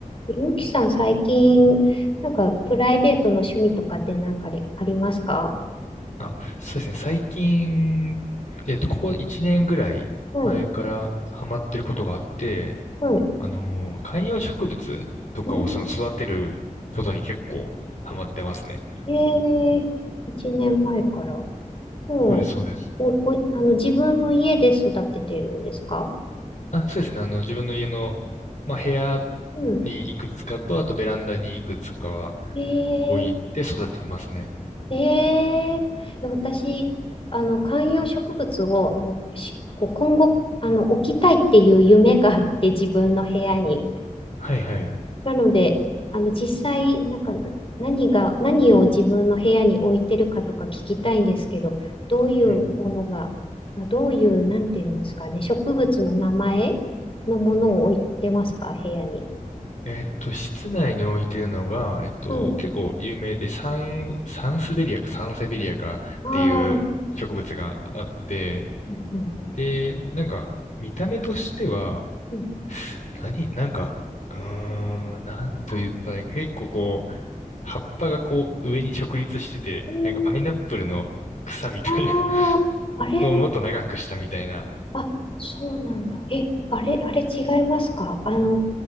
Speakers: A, on the left; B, on the left.
A: ゆうきさん、最近、なんか、プライベートの趣味とかってなんかありますか
B: あ、そうですね。最近、えっと、ここ1年ぐらい前からハマってることがあって、
A: はい、はい。
B: あの、観葉植物とかをその育てることに結構ハマってますね。
A: うんえーいちねんまえ一年前から。もう、
B: そうです、そうです。
A: お、お、あの、自分の家で育ててるんですか
B: あ、そうですね。あの、自分の家の、まあ、部屋
A: うん。
B: にいくつかと、あとベランダにいくつかは
A: ええ
B: 置いて育ててますね。
A: ええいや私、あの、観葉植物を、あの、しこう今後、あの、置きたいっていう夢があって、自分の部屋に。
B: はいはい。
A: なので、あの、実際、なんか、な何が、何を自分の部屋に置いてるかとか聞きたいんですけど、どういうものが、
B: うんうん
A: あどういう、なんていうんですかね、植物の名前のものを置いてますか、
B: うんうん
A: 部屋に。
B: えっと、室内に置いてるのが、えっと、
A: はい。
B: 結構有名で、サン、サンスベリアかサンセベリアかっていう植物があって、
A: ああ、うん。
B: で、なんか、見た目としては、
A: うん
B: 何、なんか、うーん、なんと言ったらいいか、
A: は
B: 結構こう、葉っぱがこう、上に直立してて、
A: うん
B: なんかパイナップルの草みたいな
A: あ
B: <laughs>
A: ああれ、
B: のをもっと長くしたみたいな。
A: あ、そうなんだ。え、あれ、あれ違いますかあの、